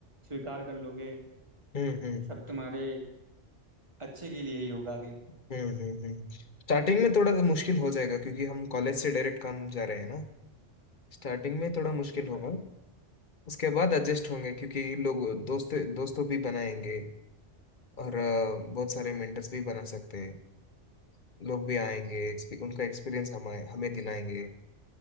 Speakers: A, on the right; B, on the left.
A: स्वीकार कर लोगे
B: हम्म हम्म
A: सब तुम्हारे अच्छे के लिए ही होगा आगे
B: हम्म हम्म हम्म स्टार्टिंग में थोड़ा सा मुश्किल हो जाएगा क्योंकि हम कॉलेज से डायरेक्ट काम जा रहे हैं ना स्टार्टिंग में थोड़ा मुश्किल होगा
A: वही
B: उसके बाद एडजस्ट होंगे क्योंकि लोग दोस्त दोस्तों भी बनाएंगे और अ, बहुत सारे मेंटर्स भी बना सकते हैं लोग भी आएंगे एक्सपी- उनका एक्सपीरियंस हमें हमें दिलाएंगे